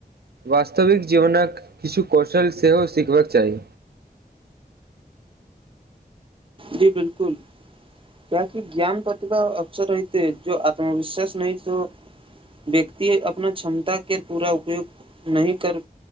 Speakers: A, on the right; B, on the right.
A: वास्तविक जीवनक किछु कौशल सेहो सिखबाक चाही।
B: जी बिलकुल, कियेकि ज्ञान प्रतिभा अक्सर रहिते ऐछ जो आत्मविश्वास नहि त व्यक्ति अपना क्षमता केर पूरा उपयोग नहिं कर